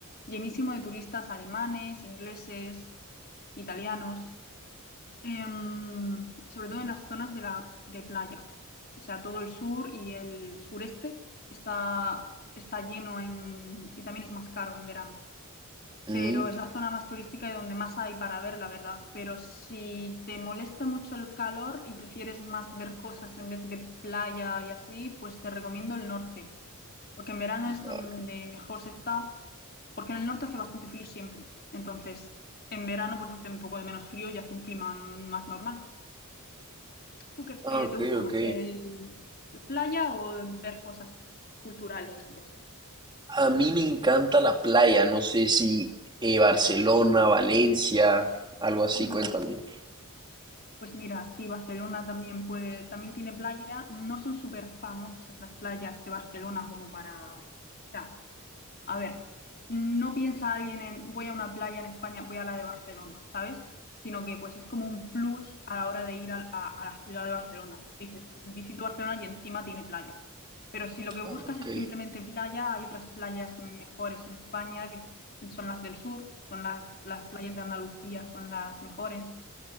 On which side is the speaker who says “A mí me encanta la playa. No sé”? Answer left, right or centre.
Right